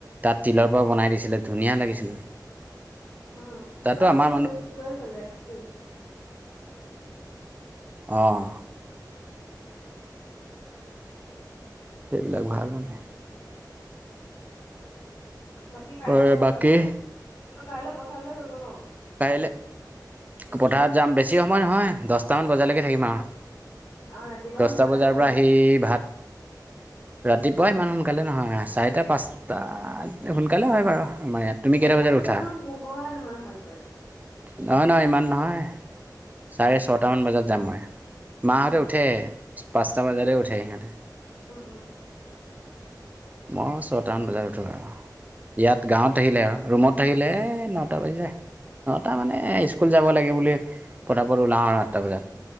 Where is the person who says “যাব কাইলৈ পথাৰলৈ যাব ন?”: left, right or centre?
Left